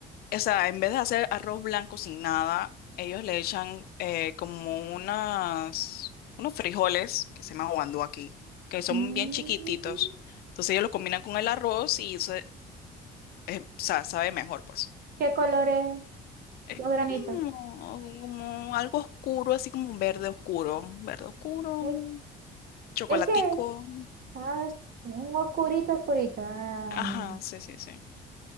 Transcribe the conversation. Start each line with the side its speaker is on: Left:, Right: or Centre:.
Left: O sea, en vez de hacer arroz blanco sin nada, ellos le echan eh, como unas, unos frijoles que se llaman guandú aquí, que son
Right: Mm,
Left: bien chiquititos. Entonces ellos lo combinan con el arroz y se, eh, o sea, sabe mejor, pues.
Right: ¿Qué colores
Left: Es
Right: los granitos?
Left: como, como algo oscuro, así como verde oscuro, verde oscuro,
Right: Es,
Left: chocolatico.
Right: es que, ah, es un oscurito, oscurito. Ah,
Left: Ajá,
Right: no.
Left: sí, sí, sí,